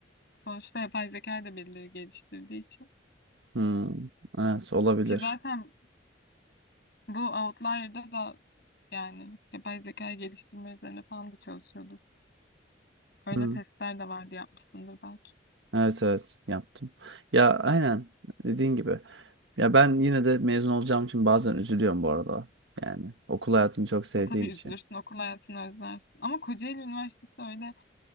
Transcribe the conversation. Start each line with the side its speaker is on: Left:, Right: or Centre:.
Left: Sonuçta yapay zekayı da birileri geliştirdiği için.
Right: Hmm, evet olabilir.
Left: Ki zaten bu Outlier'da da yani yapay zekayı geliştirme üzerine falan da çalışıyordu. Öyle
Right: Hmm,
Left: testler de vardı yapmışsındır belki.
Right: evet evet yaptım. Ya aynen dediğin gibi. Ya ben yine de mezun olacağım için bazen üzülüyorum bu arada. Yani okul hayatını çok sevdiğim
Left: E tabii
Right: için.
Left: üzülürsün, okul hayatını özlersin. Ama Kocaeli Üniversitesi öyle